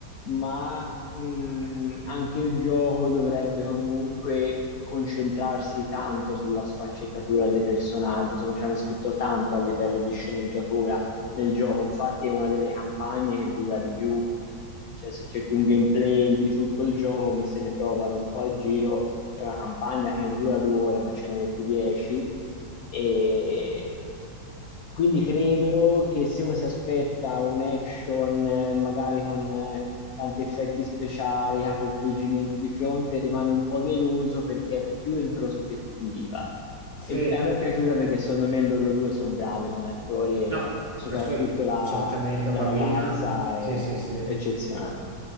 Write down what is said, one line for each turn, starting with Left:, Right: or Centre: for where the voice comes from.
Left: ma mh, anche il gioco dovrebbe comunque concentrarsi tanto sulla sfaccettatura dei personaggi. Insomma, ci hanno scritto tanto a livello di sceneggiatura nel gioco. Infatti, è una delle campagne che dura di più. Cioè, se cerchi un gameplay di tutto il gioco, come se ne trovano un po' a giro è una campagna che non dura due ore, ma ce ne metti dieci. E quindi credo che se uno si aspetta un action, eh, magari con eh, tanti effetti speciali, capovolgimenti di fronte, rimane un po' deluso perché è più introspettiva.
Right: Sì,
Left: E a me è piaciuta perché secondo me loro due sono bravi come attori e
Right: no,
Left: soprattutto
Right: questo
Left: la,
Right: certamente la
Left: la
Right: bambina.
Left: ragazza è
Right: Sì, sì, sì.
Left: eccezionale.